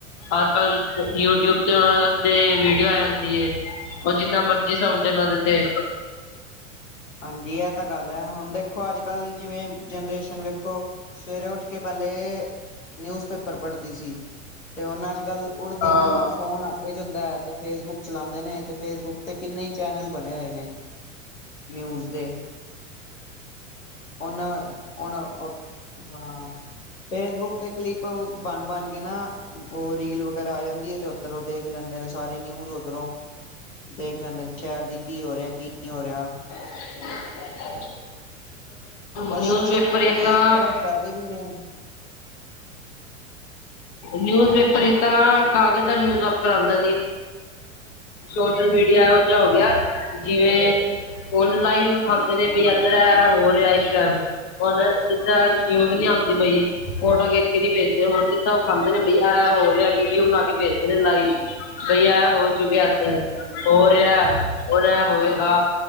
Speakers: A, on the left; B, on the left.
A: ਅੱਜ ਕੱਲ ਯੂ ਟੀਊਬ ਤੇ ਉਹਨਾਂ ਤੇ ਵੀਡੀਓ ਆ ਜਾਂਦੀ ਏ। ਉਹ ਜਿੰਨਾ ਮਰਜ਼ੀ ਸਮਝਣ ਉਹਦੇ ਤੇ।
B: ਹਾਂਜੀ ਇਹ ਤਾਂ ਗੱਲ ਹ ਹੁਣ ਦੇਖੋ ਅੱਜ ਕੱਲ ਜਿਵੇਂ ਜਨਰੇਸ਼ਨ ਵੇਖੋ ਸਵੇਰੇ ਉੱਠ ਕੇ ਪਹਿਲੇ। ਨਿਊਜ਼ ਪੇਪਰ ਪੜਦੀ ਸੀ ਤੇ ਉਹਨਾਂ। ਪਹਿਲੇ ਉਠਦੇ
A: ਹਾਂ
B: ਹੀ ਨਾ ਫੋਨ ਹੱਥ ਚ ਹੁੰਦਾ ਤੇ ਫੇਸਬੁਕ ਚਲਾਉਂਦੇ ਨੇ। ਤੇ ਫੇਸਬੁਕ ਤੇ ਕਿੰਨੇ ਹੀ ਚੈਨਲ ਬਣੇ ਹੋਏ ਨੇ। ਨਿਊਜ਼ ਦੇ ਹੁਣ। ਹੁਣ ਉਹ ਹਾਂ। ਫੇਸਬੁਕ ਤੇ ਕਲਿੱਪ ਬਣ ਬਣ ਕੇ ਨਾ ਉਹ ਰੀਲ ਵਗੈਰਾ ਆ ਜਾਂਦੀ ਆ ਤੇ ਉਧਰੋਂ ਦੇਖ ਲੈਂਦੇ। ਸਾਰੀ ਨਿਊਜ਼ ਉਧਰੋਂ ਦੇਖ ਲੈਂਦੇ ਨੇ ਸ਼ਹਿਰ ਦੀ ਕੀ ਹੋ ਰਿਹਾ ਕੀ ਨਹੀਂ ਹੋ ਰਿਹਾ।
A: ਸਮਜ ਨਹੀਂ ਆਈ
B: ਬਸ
A: <inaudible> ਨਿਊਜ਼
B: ਸੋਸ਼ਲ
A: ਪੇਪਰ
B: ਮੀਡੀਆ
A: ਹੀ
B: ਦੇ
A: ਤਾਂ।
B: ਇੱਕ ਤਰਫ ਫਾਇਦੇ ਵੀ ਨੇ
A: ਨਿਊਜ਼ ਪੇਪਰ ਇਦਾਂ ਕਾਗਜ ਦਾ ਨਿਊਜ਼ ਪੇਪਰ ਆਉਂਦਾ ਸੀ। ਸੋਸ਼ਲ ਮੀਡੀਆ ਇਹੋ ਜਿਹਾ ਹੋ ਗਿਆ ਜਿਵੇਂ। ਆਨਲਾਈਨ ਖਾਂਦੇ ਨੇ ਬਈ ਇਧਰ ਹੋ ਰਿਹਾ। ਜਿੱਦਾਂ ਨੀਂਦ ਨਹੀਂ ਆਉਂਦੀ ਪਈ ਫੋਟੋ ਖਿੱਚ ਕੇ ਨਹੀਂ ਭੇਜ ਦੇ। ਹੋਰ ਜਿੱਦਾਂ ਉਹ ਖਾਂਦੇ ਨੇ ਬਈ ਆ ਹੋ ਰਿਹਾ ਵੀਡੀਓ ਬਣਾ ਕੇ ਭੇਜ ਮੇਲ ਲਾਈਵ। ਬਈ, ਐ ਹੋ ਚੁੱਕਿਆ ਇਧਰ, ਹੋ ਰਿਹਾ, ਔਰ ਇਹ ਹੋਏਗਾ।